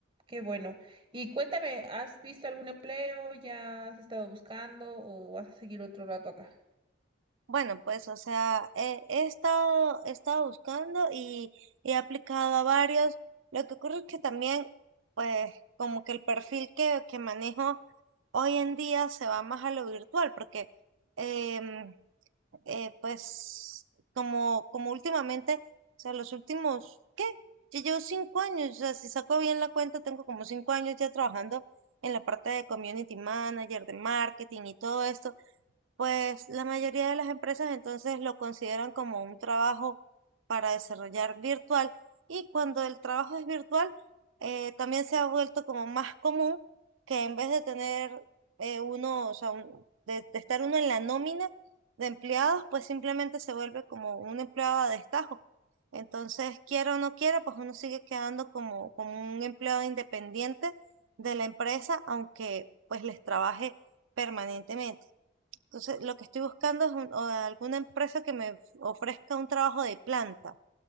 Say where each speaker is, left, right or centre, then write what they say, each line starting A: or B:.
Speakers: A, on the right (about 25°); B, on the right (about 75°).
A: Qué bueno. Y cuéntame, ¿has visto algún empleo? ¿Ya has estado buscando o vas a seguir otro rato acá?
B: Bueno, pues, o sea, he, he estado, he estado buscando y he aplicado a varios. Lo que ocurre es que también, pues, como que el perfil que, que manejo hoy en día se va más a lo virtual, porque, em, eh, pues, como, como últimamente, o sea, los últimos, ¿qué? Yo llevo cinco años, o sea, si saco bien la cuenta, tengo como cinco años ya trabajando en la parte de community manager, de marketing y todo esto. Pues la mayoría de las empresas entonces lo consideran como un trabajo para desarrollar virtual y cuando el trabajo es virtual eh, también se ha vuelto como más común que en vez de tener eh, uno, o sea, un- de, de estar uno en la nómina de empleados, pues simplemente se vuelve como un empleado a destajo. Entonces, quiera o no quiera, pues uno sigue quedando como, como un empleado independiente de la empresa, aunque pues les trabaje permanentemente. Entonces, lo que estoy buscando es un- o alguna empresa que me ofrezca un trabajo de planta.